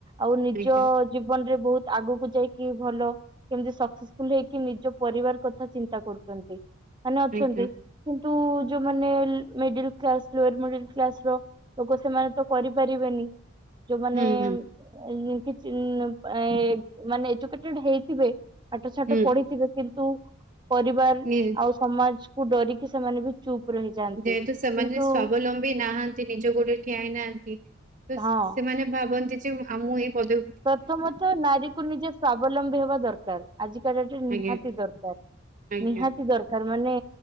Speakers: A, on the right; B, on the right.
A: ଆଉ ନିଜ
B: ଆଜ୍ଞା,
A: ଜୀବନରେ ବୋହୁତ ଆଗକୁ ଯାଇକି ଭଲ କେମତି ସକ୍ସେସଫୁଲ ହେଇକି ନିଜ ପରିବାର କଥା ଚିନ୍ତା କରୁଛନ୍ତି ମାନେ ଅଛନ୍ତି।
B: ଆଜ୍ଞା,
A: କିନ୍ତୁ ଯୋଉ ମାନେ ମିଡିଲ କ୍ଲାସରେ ମିଡିଲ କ୍ଲାସର ଲୋକ ସେମାନେ ତ କରିପାରିବେନି ଯୋଉମାନେ
B: ହୁଁ, ହୁଁ,
A: ଏଇ କିଛି ନା ପା ଏ ମାନେ ଏଜୁକେଟେଡ ହେଇଥିବେ ପାଠ ସାଠ
B: ହୁଁ,
A: ପଢିଥିବେ କିନ୍ତୁ ପରିବାର
B: ନି
A: ଆଉ ସମାଜକୁୁ ଡରିକି ସେମାନେ ବି ଚୁପ ରହିଯାଆନ୍ତି
B: ଯେହେତୁ ସେମାନେ
A: କିନ୍ତୁ
B: ସ୍ୱାବଲମ୍ବୀ ନାହାନ୍ତି। ନ୍ତି ନିଜ ଗୋଡରେ ଠିଆଇନାହାନ୍ତି ତ
A: ହଁ
B: ସେମାନେ ଭାବନ୍ତି ଯେ ମ୍ ଆମ ଏଇ ପଦ
A: ପ୍ରଥମତଃ ନାରୀକୁ ନିଜେ ସ୍ଵାବଲମ୍ବୀ ହେବା ଦରକାର ଆଜ କାଲିକା ଡେଟରେ ନିହାତି
B: ଆଜ୍ଞା,
A: ଦରକାର।
B: ଆଜ୍ଞା,
A: ନିହାତି ଦରକାର ମାନେ